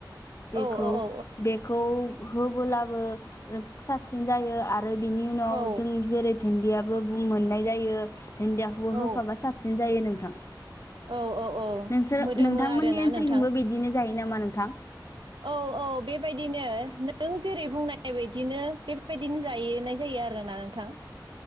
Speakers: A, on the left; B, on the right.
A: बेखौ-बेखौ
B: औ औ औ
A: होबोलाबो ओ साबसिन जायो आर रो बिनि उनाव
B: औ
A: जों जेरै दुनदिया बो बुं मोननाय जायो दुनदियाखौबो
B: औ
A: होफाबा साबसिन जायो नोंथां।
B: औ औ
A: नोंसोर
B: मोदोमो
A: नोंथांमोननि
B: आरोना
A: ओनसोलथिंबो
B: नोंथां
A: बिदिनो जायो नामा नोंथां
B: औ औ बेबायदिनो नों जेरै बुंनाय नाय बायदिनो बेबायदिनो जायोनाय जायो आरोना नोंथां।